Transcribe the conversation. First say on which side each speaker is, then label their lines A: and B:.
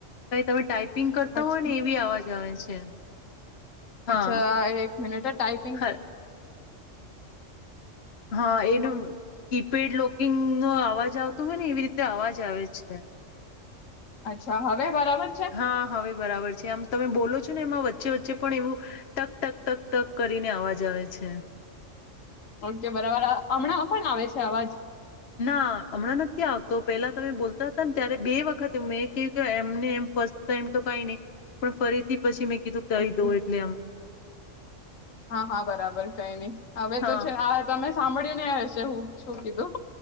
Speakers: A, on the left; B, on the left.
A: કઈ તમે ટાઈપિંગ કરતા
B: અચ્છા
A: હોય ને, એવી અવાજ આવે છે. <unintelligible> હા
B: અચ્છા એક મિનટ ટઇપિંગ.
A: હ હા એનું
B: હા,
A: કીપેડ લોકિંગ નો અવાજ આવતો. તો હ ને એવી રીતે અવાજ આવે છે.
B: અચ્છા હવે બરાબર. છે
A: હા હવે બરાબર છે આમ તમે બોલો છો. ને એમાં વચ્ચે વચ્ચે પણ એવું ટક ટક ટક ટક કરીને અવાજ આવે છે.
B: અ કે. બરાબર હમણાં પણ આવે છે અવાજ.
A: ના હમણાં નથી આવતો પેલા તમે બોલતા હતા ને ત્યારે બે વખત મેં ક્યું કે એમને એમ ફર્સ્ટ ટાઈમ તો કઈ નહી પણ ફરીથી પછી મેં. કીધું <unintelligible>
B: ઓકે
A: દઉ એટલે આમ <inaudible>
B: હા હા બરાબર કઈ નહી હવે
A: હા
B: તો છે તમે. સાંભળી ને હશે હું શું કીધું.